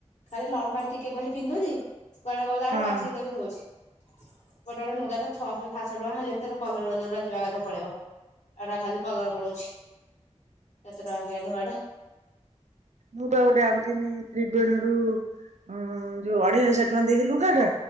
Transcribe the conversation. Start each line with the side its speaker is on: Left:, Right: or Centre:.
Left: ଖାଲି ନର୍ମାଲ ଟିକେ ଖାଲି ପିନ୍ଧୁଛି, କୁଆଡେ ଗଲା
Right: ହଁ।
Left: ବେଳକୁ ଆସିକି ତାକୁ ଧଉଛି। ଗୋଟେ ଗୋଟେ ନୁଗା ତ ଛଅଶହ ସାତଶହ ଟଙ୍କା ହେଲେ ବି ତାର କଲର ଯୋଉଡା ଯିବା କଥା ପଳେଇବ। ଏଟା ଖାଲି କଲର ପଳଉଛି। କେତେ ଟଙ୍କା କେଆଣି ନୁଗାଟା।
Right: ମୁଁ ପରା ଗୋଟେ ଆଣିଥିନି ତ୍ରିବେଣୀରୁ। ଅ, ଯୋଉ ଅଢେଇ ହଜାର ଟଙ୍କା ଦେଇକି ଲୁଗା ଟା,